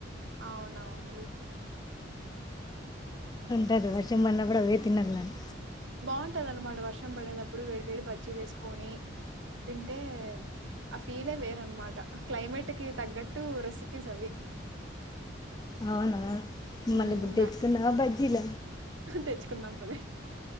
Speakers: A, on the right (about 75°); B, on the left (about 20°).
A: అవునవును
B: లేదు వర్షం పడీనా గూడా అవ్వే తినాలని
A: బాగుంటుందనమాట వర్షం పడేటప్పుడు వేడి వేడి బజ్జీలేసుకొని తింటే ఆ ఫీలే వేర్ అనమాట క్లైమేట్ కి తగ్గట్టు రెసిపీస్ అవి
B: అవునా
A: మ్మ్,
B: మళ్ళీ ఇప్పుడు తెచ్చుకున్నావా
A: బా
B: బజ్జీల
A: తెచ్చుకుందాం పవే హ